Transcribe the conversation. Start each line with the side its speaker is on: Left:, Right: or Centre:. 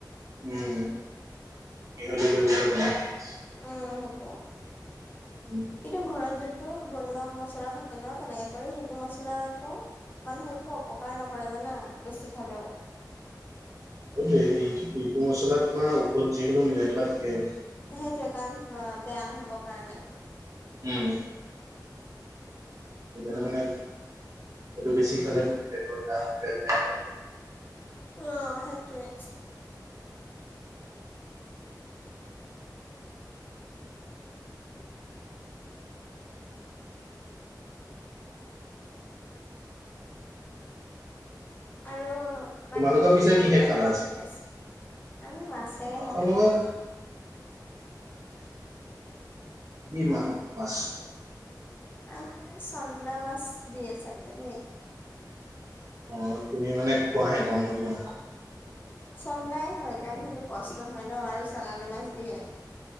Right: উম মিহলি কৰি পেলায় বনাই।
Left: অ হব
Right: উম
Left: কিন্তু ঘৰত যোনটো বনোৱা মচলা থাকে ন তেনেকে কৰি সেইটো মছলা আকৌ মানুহে একো অপকাৰ নকৰে জানা বেছি খালেও।
Right: এইটো ইটো মছলাত তোমাৰ ঔষধ যি হ'লেও মিলাই থোৱা থাকে।
Left: সেইটোৱে কাৰণ বেয়া নহ'বৰ কাৰণে।
Right: উম। সেইকাৰণে মানে সেইটো বেছি খালে পেটৰ <unintelligible> পেট বেয়া হয়।
Left: অ সেইটোৱে। আৰু
Right: তোমালোকৰ
Left: বাকী
Right: পিছে
Left: মাংসৰ
Right: কিহে
Left: লগত
Right: খালা আজি?
Left: <unintelligible> আমি মাছেৰে
Right: মাংসৰ
Left: খালোঁ।
Right: লগত কি <unintelligible> মাছ।
Left: আমাৰ চন্দা মাছ দিয়ে চাগে দেই।
Right: অ তুমি মানে খোৱাহে গম নোপোৱা।
Left: চন্দাই হয় কাৰণ সেইটো কষ্ট হয় নহ আৰু চালানী মাছ দিয়ে।